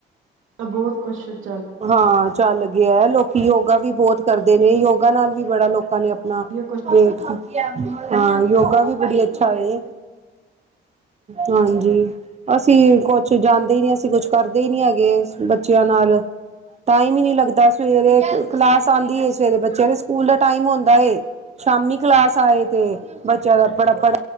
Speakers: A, on the right (about 80°); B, on the right (about 35°).
A: ਬੋਤ ਕੁੱਸ਼
B: ਹਾਂ ਚੱਲ ਗਿਆ ਹੈ ਲੋਕੀ ਯੋਗਾ ਵੀ ਬੋਤ ਕਰਦੇ ਨੇ ਯੋਗਾ ਨਾਲ ਵੀ ਬੜਾ ਲੋਕਾਂ ਨੇ ਨਾ
A: ਕੁਛ
B: ਵੇਟ ਹਾਂ ਯੋਗਾ ਵੀ ਬੜੀ ਅੱਛਾ ਹੇ ਹਾਂਜੀ ਅਸੀਂ ਕੁਛ ਜਾਂਦੇ ਹੀ ਨੀ ਅਸੀਂ ਕੁਛ ਕਰਦੇ ਹੀ ਨਹੀਂ ਹੈਗੇ ਬੱਚਿਆਂ ਨਾਲ ਟਾਈਮ ਹੀ ਨਹੀਂ ਲੱਗਦਾ ਸਵੇਰੇ ਕਲਾਸ ਆਂਦੀ ਸਵੇਰੇ ਬੱਚਿਆਂ ਦੇ ਸਕੂਲ ਦਾ ਟਾਈਮ ਹੁੰਦਾ ਏ ਸ਼ਾਮੀ ਕਲਾਸ ਆਏ ਤੇ ਬੱਚਿਆਂ ਦਾ ਪੜ੍ਹਨ